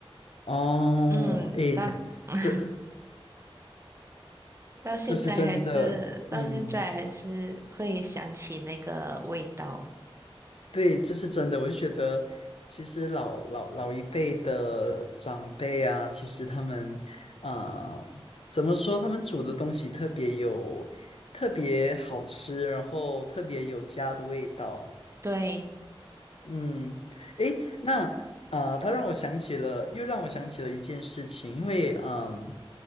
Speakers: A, on the left; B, on the right.
A: 哦，
B: 嗯，
A: 诶，
B: 到 <laughs>
A: 这
B: 到现在还是到现在还是会想起那个味道，
A: 这是真的，嗯。对，这是真的。我就觉得，其实老老老一辈的长辈啊，其实他们，啊、怎么说？他们煮的东西特别有，特别好吃，然后特别有家的味道。
B: 对，
A: 嗯，诶，那啊、呃，他让我想起了，又让我想起了一件事情，因为嗯，